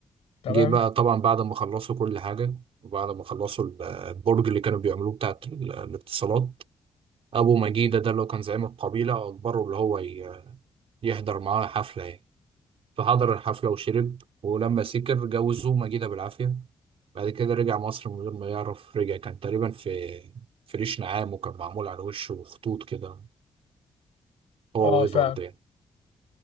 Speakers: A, on the left (about 75°); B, on the right (about 65°).
A: تمام
B: جه بقى طبعا بعد ما خلصوا كل حاجة وبعد ما خلصوا ال- البرج اللي كانوا بيعملوه بتاعت ال- الاتصالات أبو مجيدة ده اللي هو كان زعيم القبيلة أجبره اللي هو ي- يحضر معاه حفلة يعني فحضر الحفلة وشرب ولما سكر جوزوه مجيدة بالعافية بعد كده رجع مصر من غير ما يعرف رجع كان تقريبا في في ريش نعام وكان معمول على وشه خطوط كده هو
A: اه
B: وإدوارد
A: فعلا
B: يعني